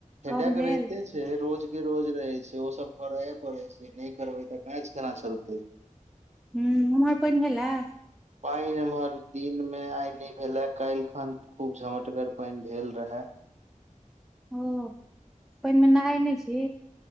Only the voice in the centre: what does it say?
कम भेल
हुं उमहर पानि भेले।
ओ, पानि मे नहाय नहि छी।